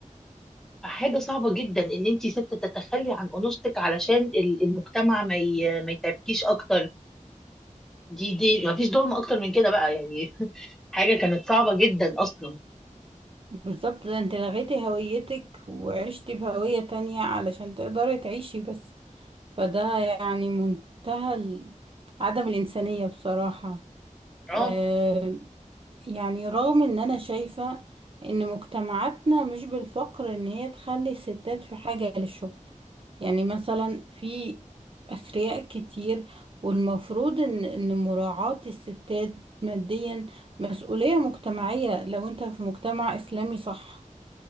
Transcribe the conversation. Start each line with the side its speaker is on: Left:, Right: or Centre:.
Centre: حاجة صعبة جدا ان انت ست تتخلي عن انوثتك علشان ال- المجتمع ما ي- ما يتعبكيش اكتر دي دي ما فيش ظلم اكتر من كده بقى يعني <laughs> حاجة كانت صعبة جدا اصلا
Right: بالظبط ده انت لغيتي هويتك وعشتي بهوية تانية علشان تقدري تعيشي بس فده يعني منتهى ال- عدم الإنسانية بصراحة
Centre: اه
Right: آه، يعني رغم ان انا شايفة ان مجتمعاتنا مش بالفقر ان هي تخلي الستات في حاجة للشغل يعني مثلا في أثرياء كتير والمفروض ان ان مراعاة الستات ماديا مسؤولية مجتمعية لو انت في مجتمع إسلامي صح